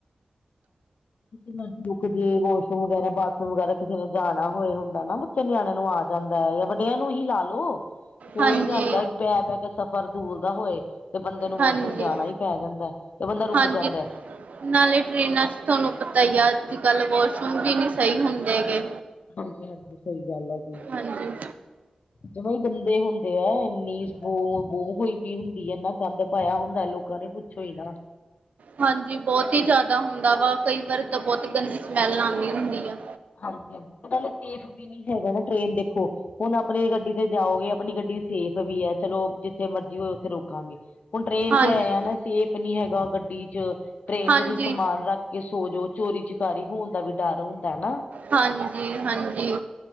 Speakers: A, on the left (about 80°); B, on the right (about 75°).
A: ਜੇ ਵਾਸ਼ਰੂਮ ਵਗੈਰਾ ਬਾਥਰੂਮ ਵਗੈਰਾ ਕਿਸੇ ਨੇ ਜਾਣਾ ਹੋਏ ਹੁੰਦਾ ਨਾ ਬੱਚੇ ਨਿਆਣਿਆਂ ਨੂੰ ਆ ਜਾਂਦਾ ਜਾਂ ਵੱਡਿਆਂ ਨੂੰ ਹੀ ਲਾ ਲ ਲੋ ਕੋਈ
B: ਹਾਂਜੀ
A: ਜਾਂਦਾ ਬਹਿ ਬਹਿ ਕੇ ਸਫ਼ਰ ਦੂਰ ਦਾ ਹੋਏ। ਤੇ ਬੰਦੇ ਨੂੰ
B: ਹਾਂਜੀ
A: ਵਾਸ਼ਰੂਮ ਜਾਣਾ ਹੀ ਪੈ ਜਾਂਦਾ, ਤੇ ਬੰਦਾ ਰੁਕ
B: ਹਾਂਜੀ
A: ਜਾਂਦੈ।
B: ਨਾਲੇ ਟ੍ਰੇਨਾਂ'ਚ ਤੁਹਾਨੂੰ ਪਤਾ ਹੀ ਆ, ਅੱਜ-ਕੱਲ ਵਾਸ਼ਰੂਮ ਵੀ ਨੀ ਸਹੀ ਹੁੰਦੇਗੇ।
A: ਹਾਂਜੀ-ਹਾਂਜੀ ਸਹੀ ਗੱਲ ਆ ਜੀ,
B: ਹਾਂਜੀ
A: ਜਦੋ ਹੀ ਬੰਦੇ ਹੁਣ ਇੰਨੀ ਬੋਹ, ਬੋਹ ਹੋਈ ਪਈ ਹੁੰਦੀ ਆ, ਇਨਾ ਗੰਦ ਪਾਇਆ ਹੁੰਦਾ ਲੋਕਾਂ ਨੇ ਪੁੱਛੋ ਹੀ ਨਾ।
B: ਹਾਂਜੀ, ਬਹੁਤ ਹੀ ਜ਼ਿਆਦਾ ਹੁੰਦਾ ਵਾ, ਕਈ ਵਾਰ ਤਾਂ ਬਹੁਤ ਗੰਦੀ ਸਮੈਲ ਆਉਂਦੀ ਹੁੰਦੀ ਆ।
A: ਹਾਂਜੀ-ਹਾਂਜੀ, ਉਹਨਾਂ ਸੇਫ ਵੀ ਨੀ ਹੈਗਾ ਨਾ ਟ੍ਰੇਨ ਦੇਖੋ ਹੁਣ ਆਪਣੀ ਗੱਡੀ ਤੇ ਜਾਓਗੇ, ਆਪਣੀ ਗੱਡੀ ਸੇਫ ਵੀ ਹੈ, ਚਲੋ ਜਿੱਥੇ ਮਰਜ਼ੀ ਹੋਏ, ਉੱਥੇ ਰੋਕਾਂਗੇ। ਹੁਣ ਟ੍ਰੇਨ'ਚ
B: ਹਾਂਜੀ,
A: ਐ ਯਾ ਨਾ, ਸੇਫ ਨੀ ਹੈਗਾ ਗੱਡੀ 'ਚ। ਟ੍ਰੇਨ
B: ਹਾਂਜੀ,
A: 'ਚ ਤੁਸੀਂ ਸਮਾਨ ਰੱਖਕੇ ਸੋਜੋ, ਚੋਰੀ-ਚਕਾਰੀ ਹੋਣ ਦਾ ਵੀ ਡਰ ਹੁੰਦਾ ਨਾ।
B: ਹਾਂਜੀ-ਹਾਂਜੀ।